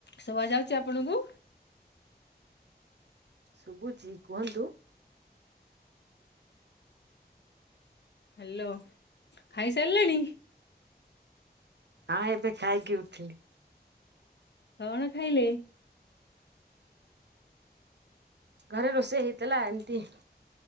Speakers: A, on the left; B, on the right.
A: ଶଭା ଯାଉଛି ଆପଣଙ୍କୁ?
B: ଶୁବୁଚି କୁହନ୍ତୁ।
A: ହାଲୋ ଖାଇସାଲେଣି?
B: ହଁ, ଏବେ ଖାଇକି ଉଠିଲି।
A: କଅଣ ଖାଇଲେ?
B: ଘରେ ରୋଷେଇ ହେଇଥିଲା ଏମିତି।